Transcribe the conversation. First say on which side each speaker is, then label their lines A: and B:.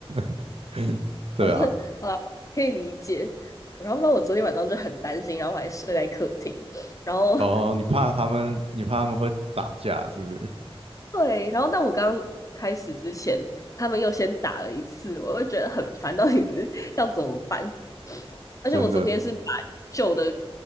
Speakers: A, on the right; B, on the left.
A: <laughs> 对啊，
B: 好像啊可以理解。然后，不我昨天晚上就很担心，然后我还睡在客厅，然后
A: 哦，你怕他们，你怕他们会打架是不是？
B: 对，然后但我刚开始之前，他们又先打了一次，我就觉得很烦，到底是要怎么办？而且我昨天是把旧的
A: 真的